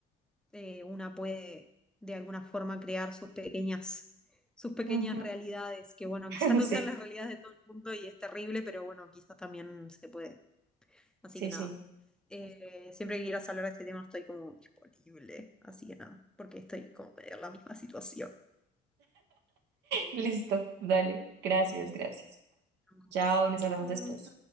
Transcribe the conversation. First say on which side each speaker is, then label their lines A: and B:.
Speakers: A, in the centre; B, on the right (about 85°).
A: eh, una puede de alguna forma crear sus pequeñas, sus pequeñas
B: ujú.
A: realidades, que bueno,
B: <laughs>
A: quizás no
B: Sí,
A: sean las realidades de todo el mundo y es terrible, pero bueno, quizás también se puede. Así
B: sí,
A: que
B: sí.
A: nada. Eh, siempre que quieras hablar de este tema estoy como disponible. Así que nada, porque estoy como medio en la misma situación.
B: Listo, dale. Gracias, gracias.
A: Nos vemos.
B: Chao, nos
A: Chao.
B: hablamos después.